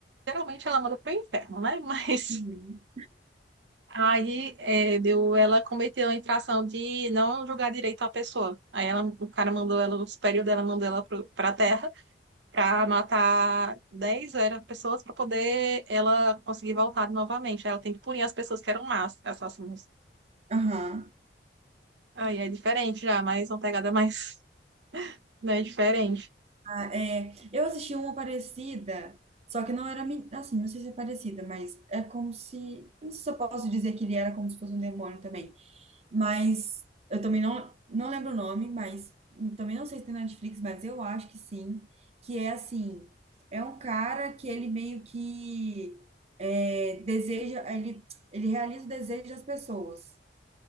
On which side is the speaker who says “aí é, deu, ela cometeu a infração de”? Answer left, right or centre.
Right